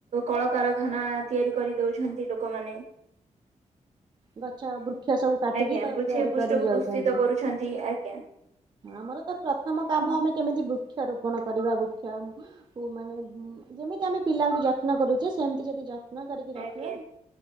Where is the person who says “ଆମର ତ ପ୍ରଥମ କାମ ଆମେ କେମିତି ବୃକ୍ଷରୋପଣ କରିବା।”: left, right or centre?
Right